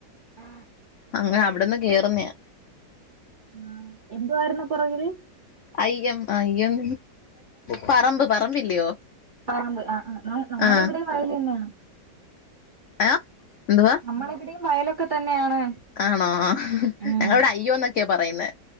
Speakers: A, on the right; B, on the left.
A: ആ
B: അങ്ങ അവിട്ന്ന് കേറുന്നയ
A: ആഹ് എന്തുവാരുന്നു പുറകില്
B: അയ്യം അയ്യം പറമ്പ് പറമ്പില്ലയോ
A: പറമ്പ് ആ ആ നമ്മള്
B: ആഹ്
A: ഇവിടെയും വയലെന്നെയാണ്
B: ആ എന്തുവാ
A: നമ്മളെവിടെയും വയലൊക്കെ തന്നെയാണ്
B: ആണോ ആഹ്
A: ഉം
B: ഞങ്ങളിവിടെ അയ്യോന്നൊക്കെയ പറ- പറയുന്നെ